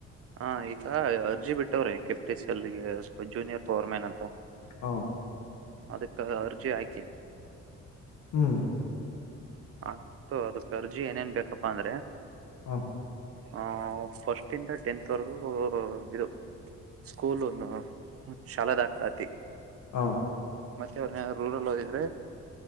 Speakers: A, on the right; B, on the left.
A: ಹ ಈಗ ಅರ್ಜಿ ಬಿಟ್ಟವ್ರೆ ಕೆಪಿ ಟ ಸಿ ಎಲ್ಲಿಗೆ ಜೂನಿಯರ್ ಪವರ್ ಮ್ಯಾನ್ ಅಂತ.
B: ಹ
A: ಅದಕ್ಕ ಅರ್ಜಿ ಹಾಕಿ.
B: ಹ್ಮ್.
A: ಅತು ಅದಕ್ ಅರ್ಜಿ ಏನೇನ್ ಬೇಕಪ್ಪಾ ಅಂದ್ರೆ.
B: ಹ್ಮ.
A: ಆ ಫಸ್ಟ್ ಇಂದ ಟೆಂತ್ ವರೆಗೂ ಇದು. ಸ್ಕೂಲ್ನ್ನು ಶಾಲಾ ದಾಖಲಾತಿ.
B: ಹ.
A: ಮತ್ತೆ ಅಣ್ಣಾ ರೂರಲ್ ಹದಿದ್ರೆ